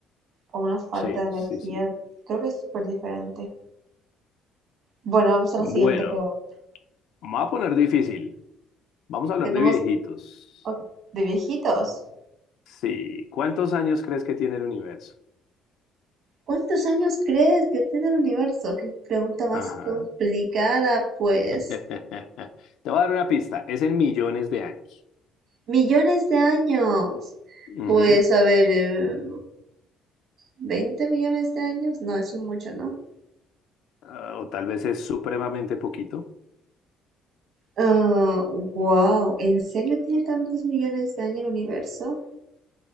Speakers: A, on the right; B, on the left.
A: O una falta
B: Sí,
A: de energía.
B: sí, sí.
A: Creo que es súper diferente. Bueno, vamos a
B: Bueno,
A: la siguiente pregunta.
B: me va a poner difícil. Vamos a hablar
A: Tenemos
B: de viejitos.
A: ok, de viejitos.
B: Sí, ¿cuántos años crees que tiene el universo?
A: ¿Cuántos años crees que tiene el universo? Qué pregunta más
B: Ajá.
A: complicada, pues.
B: <laughs> Te voy a dar una pista. Es en millones de años.
A: Millones de años.
B: Ujú.
A: Pues a ver, eh, 20 millones de años. No, eso es mucho, ¿no?
B: Ah, o tal vez es supremamente poquito.
A: Ah, wow. ¿En serio tiene tantos millones de años el universo?